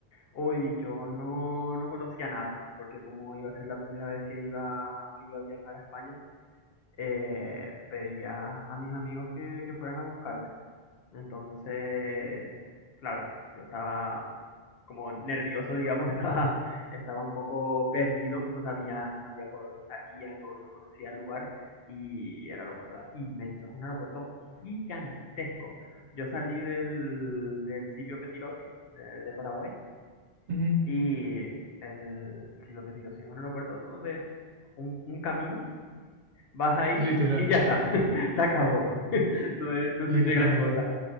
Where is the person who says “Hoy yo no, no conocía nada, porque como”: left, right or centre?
Left